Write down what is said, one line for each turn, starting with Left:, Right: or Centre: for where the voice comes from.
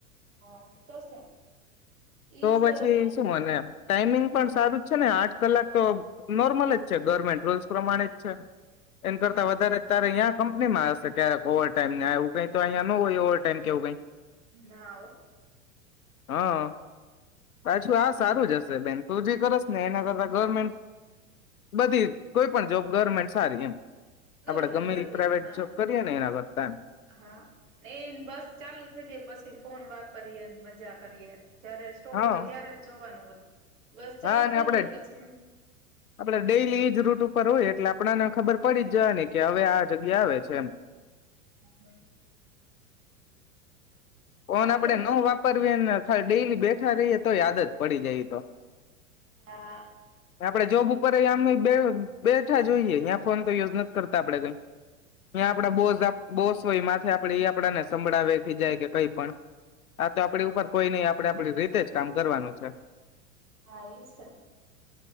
Right: હા ઈ તો સે ઈ
Left: તો
Right: સે
Left: પછી
Right: ને
Left: શું મને ટાઈમિંગ પણ સારું જ છે ને આઠ કલાક તો નોર્મલ જ છે. ગવર્મેન્ટ રુલ્સ પ્રમાણે જ છે. એન કરતાં
Right: હા
Left: વધારે તારે યા કંપનીમાં હશે ક્યારેક ઓવરટાઈમ ને એવું કાઈ તો અહીંયા ન હોય, ઓવરટાઈમ કે એવું કાઈ
Right: ના હો,
Left: હહ પાછું આ સારું જ હશે બેન તું જે કરશને એના કરતાં ગવર્મેન્ટ બધી કોઈ પણ જોબ ગવર્મેન્ટ સારી એમ આપડે
Right: ગવર્મેન્ટ
Left: ગમે
Right: બધી
Left: એ પ્રાઇવેટ
Right: હા
Left: જોબ કરીએ ને એના કરતા એમ
Right: હા એ બસ ચાલુ થઈ જાય પછી ફોન વાપરીએને મજા કરીએ ન જયારે સ્ટોપ
Left: હા
Right: હોય ત્યારે જ જોવાનું હોય. બસ ચાલુ
Left: હા ને
Right: થઈ
Left: આપણે
Right: ગઈ પછી
Left: આપણે ડેલી ઈ જ રૂટ ઉપ ર હોય એટલે આપણને ખબર પડી જ જવાની કે હવે આ જગ્યા આવે છે, એમ
Right: હમ્મ
Left: ફોન
Right: હા
Left: આપડે
Right: તો
Left: નો વાપર ઈ બેન ખાલી ડેઈલી બેઠા રહીએ તોય આદત પડી જાય ઈ તો
Right: હા
Left: ને આપણે જોબ ઉપર એ આમ બે બેઠા જ હોઇએ યા ફોન તો યુઝ નથી કરતા આપણેે કઈ ન્યા આપણા બોઝ આપ બોઝ હોય માથે આપણે ઈ આપણને સંભળાવે, ખીજાય કે કંઈ પણ આ તો આપડી ઉપર કોઈ નઈ આપ આપણે આપણી રીતે જ કામ કરવાનું છે.
Right: હા એ છે